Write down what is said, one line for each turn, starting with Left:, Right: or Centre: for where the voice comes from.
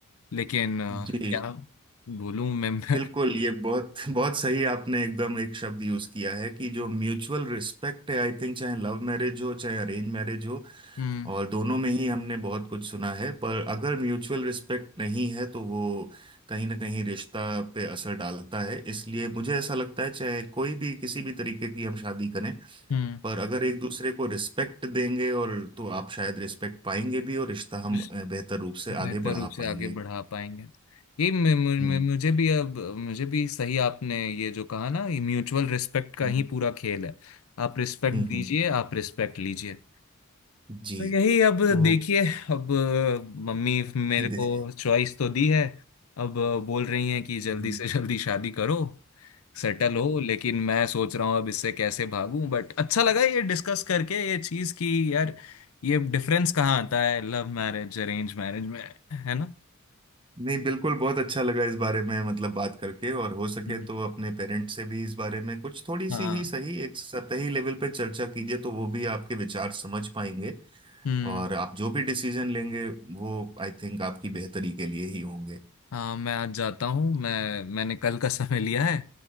Left: लेकिन अ,
Right: जी
Left: क्या बोलूं मैं <laughs>
Right: बिल्कुल ये बहुत <laughs> बहुत सही आपने एकदम एक शब्द यूज किया है कि जो म्यूचुअल रिस्पेक्ट है आई थिंक चाहे लव मैरिज हो चाहे अरेंज मैरिज हो
Left: हम्म
Right: और दोनों में ही हमने बहुत कुछ सुना है पर अगर म्यूचुअल रिस्पेक्ट नहीं है तो वो कहीं ना कहीं रिश्ता पे असर डालता है इसलिए मुझे ऐसा लगता है चाहे कोई भी किसी भी तरीके की हम शादी करें
Left: हम्म
Right: पर अगर एक दूसरे को रिस्पेक्ट देंगे और तो आप शायद रिस्पेक्ट पाएंगे भी और रिश्ता हम
Left: जिस-
Right: अ, बेहतर रूप से
Left: बेहतर
Right: आगे बढ़ा
Left: रूप से
Right: पाएंगे
Left: आगे बढ़ा पाएंगे ये मे- मु-
Right: हम्म
Left: मु- मुझे भी अब मुझे भी सही आपने ये जो कहा ना ये म्यूचुअल रिस्पेक्ट का
Right: हम्म
Left: ही पूरा खेल है आप रिस्पेक्ट
Right: हम्म
Left: दीजिए
Right: हम्म,
Left: आप रिस्पेक्ट लीजिए
Right: जी
Left: तो यही अब
Right: तो
Left: देखिए अब मम्मी मेरे
Right: <laughs>
Left: को
Right: दे-
Left: चॉइस तो दी है अब बोल रही हैं कि जल्दी
Right: हम्म,
Left: से जल्दी शादी करो सेटल हो लेकिन मैं सोच रहा हूँ अब इससे कैसे भागूं बट अच्छा लगा ये डिस्कस करके ये चीज़ कि यार ये डिफरेंस कहाँ आता है लव मैरिज अरेंज मैरिज में है ना
Right: नहीं बिल्कुल बहुत अच्छा लगा इस बारे में मतलब बात करके और हो सके
Left: हम्म।
Right: तो अपने पेरेंट्स से भी इस बारे में कुछ थोड़ी
Left: हाँ
Right: सी ही सही एक सतही लेवल पर चर्चा कीजिए तो वो भी आपके विचार समझ पाएंगे
Left: हम्म
Right: और आप जो भी डिसीजन लेंगे वो आई थिंक आपकी बेहतरी के लिए ही होंगे
Left: हाँ मैं आज जाता हूँ मैं मैंने कल का समय लिया है